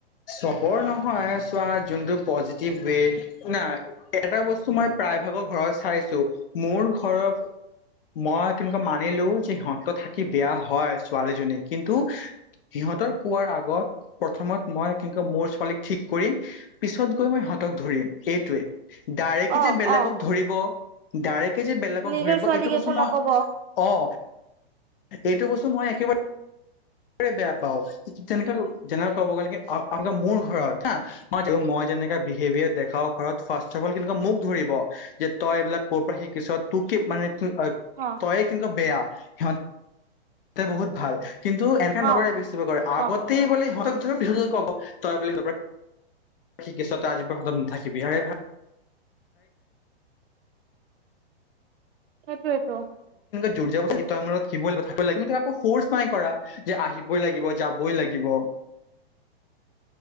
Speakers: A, on the left; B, on the right.
A: চবৰ নহয়। চোৱা যোনটো পজিটিভ ৱে, হোনা এটা বস্তু মই প্ৰায়ভাগৰ ঘৰত চাইছো। মোৰ ঘৰত মই তেনেকুৱা মানিলো যে সিহঁত থাকি বেয়া হয় ছোৱালীজনী কিন্তু সিহঁতৰ কোৱাৰ আগত প্ৰথমত মই কি মোৰ ছোৱালীক ঠিক কৰিম পিছত গৈ মই সিহঁতক ধৰিম সেইটোৱে। ডাইৰেক্ট
B: অ
A: যে বেলেগক
B: অ
A: ধৰিব ডাইৰেক্ট ডাইৰেক্ট যে বেলেগক
B: নিজৰ
A: ধৰিব
B: ছোৱালীক
A: এইটো বস্তু
B: একো
A: মই
B: নকব অ
A: অহ। সেইটো বস্তু মই একেবাৰে বেয়া পাও, তেনেকে যেনেকে ক'ব গ'লে কি অন্তত মোৰ ঘৰত হা, মই জানো মই যেনে এটা বিহেভিয়াৰ দেখাও ঘৰত ফাষ্টঅফঅল কেনেকুৱা মোক ধৰিব, যে তই এইবিলাক ক'ৰ পৰা শিকিছ তোৰ কি মানে তই--তইয়ে
B: অ
A: কেনেকুৱা বেয়া। সিহঁত বহুত ভাল। কিন্তু এনেকে নকৰে
B: অ
A: বেছি কৰে
B: অ
A: আগতেইলে সিহঁত ধৰি পিছতে কব তই বুলি <inaudible> শিকিছ তই আজিৰ পৰা সদত নাথাকিবি আ ভ
B: হয় <inaudible> হেতুৱেটো।
A: <unintelligible> শিব থিব লাগ কিন্তুকৌ <unintelligible> তুমি টো আকো ফচ নাই কৰা, যে আহিবই লাগিব যাবই লাগিব।